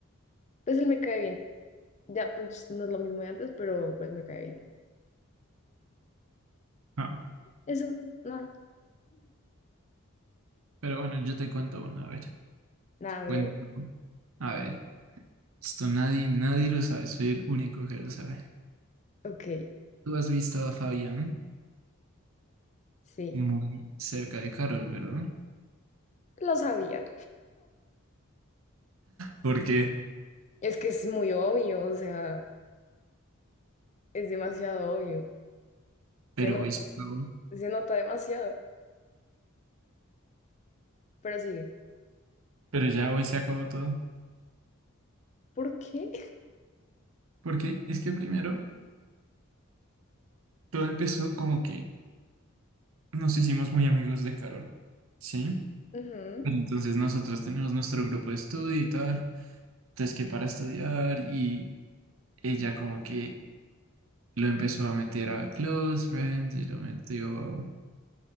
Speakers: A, on the left; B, on the right.
A: Pues él me cae bien. Ya, pues no es lo mismo de antes, pero pues me cae bien.
B: Ah,
A: Eso, nada,
B: pero bueno, yo te cuento una, a ver.
A: nada, me...
B: Cuento. A ver. Esto nadie, nadie lo sabe. Soy el único que lo sabe.
A: Ok,
B: ¿Tú has visto a Fabián?
A: sí,
B: muy cerca de Carol, ¿verdad?
A: lo sabía.
B: Porque,
A: Es que es muy obvio, o sea, es demasiado obvio. Se,
B: Pero
A: no-
B: hoy se acabó.
A: se nota demasiado. Pero sigue.
B: Pero ya hoy se acabó todo.
A: ¿Por qué?
B: Porque es que primero todo empezó como que nos hicimos muy amigos de Carol, ¿sí?
A: Ujú.
B: Pero entonces nosotros tenemos nuestro grupo de estudio y tal. Entonces que para estudiar y ella como que lo empezó a meter a Close Friends y lo metió